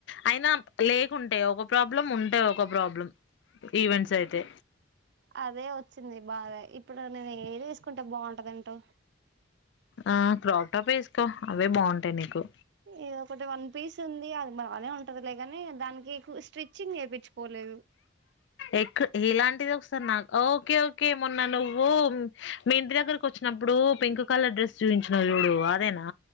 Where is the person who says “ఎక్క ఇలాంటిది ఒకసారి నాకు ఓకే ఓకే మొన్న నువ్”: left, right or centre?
Left